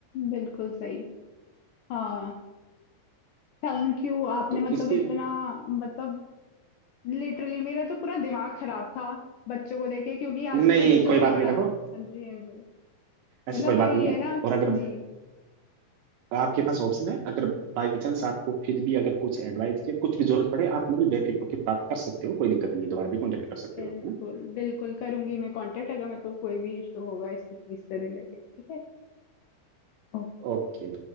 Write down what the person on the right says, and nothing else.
तो
इसके
नहीं
कोई
बात
नहीं देखो
ऐसी
कोई बात
नहीं
है
और अगर
आपके पास ऑप्शन है अगर बाई चांस आपको फिर भी अगर कुछ एडवाइस की कुछ भी जरूरत पड़े आप मतलब बेफिक्र होकर बात कर सकते हो कोई दिक्कत नहीं है दोबारा भी कॉन्टेक्ट कर सकते
हो आप है ना?
ओके